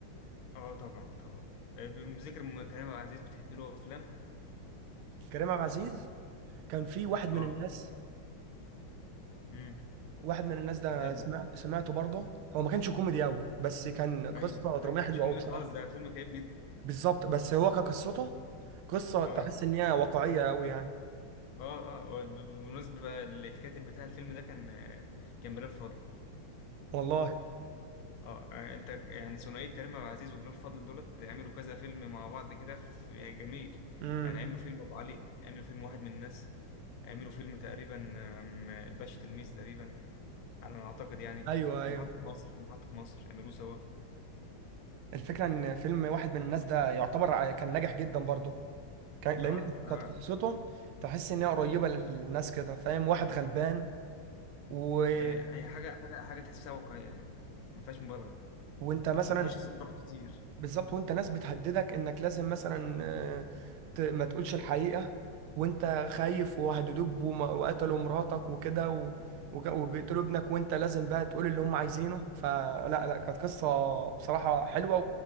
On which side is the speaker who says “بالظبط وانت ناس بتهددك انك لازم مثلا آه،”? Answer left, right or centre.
Right